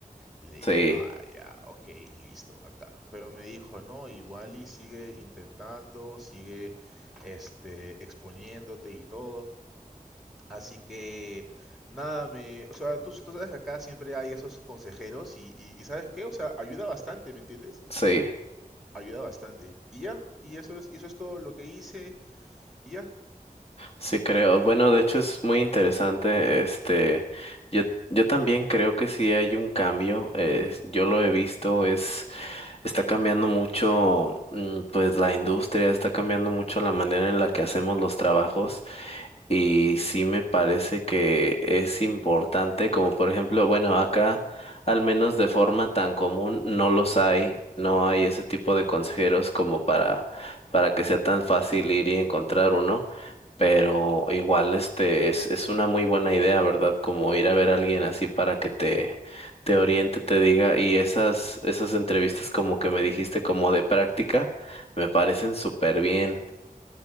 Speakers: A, in the centre; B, on the left.
A: Le
B: Sí.
A: dije, ah, ya, ok, listo, acá. Pero me dijo, no, igual y sigue intentando, sigue este, exponiéndote y todo. Así que, nada, me, o sea, tú, tú sabes que acá siempre hay esos consejeros y, y, y ¿sabes qué? O sea, ayuda bastante, ¿me entiendes?
B: Sí.
A: Ayuda bastante. Y ya, y eso es, y eso es todo lo que hice, y ya.
B: Sí, creo. Bueno, de hecho es muy interesante. Este, yo, yo también creo que sí hay un cambio. eh, yo lo he visto, es, está cambiando mucho, mm, pues la industria, está cambiando mucho la manera en la que hacemos los trabajos. Y sí me parece que es importante, como por ejemplo, bueno, acá al menos de forma tan común no los hay, no hay ese tipo de consejeros como para, para que sea tan fácil ir y encontrar uno pero igual este es, es una muy buena idea, ¿verdad? Como ir a ver a alguien así para que te, te oriente, te diga, y esas, esas entrevistas como que me dijiste como de práctica, me parecen súper bien.